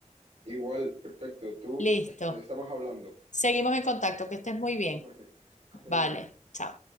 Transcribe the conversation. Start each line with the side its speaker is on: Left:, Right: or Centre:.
Right: Igual, perfecto, tú,
Left: Listo.
Right: este, estamos hablando.
Left: Seguimos en contacto, que estés muy bien.
Right: <laughs> Vale,
Left: Vale,
Right: adiós.
Left: chao.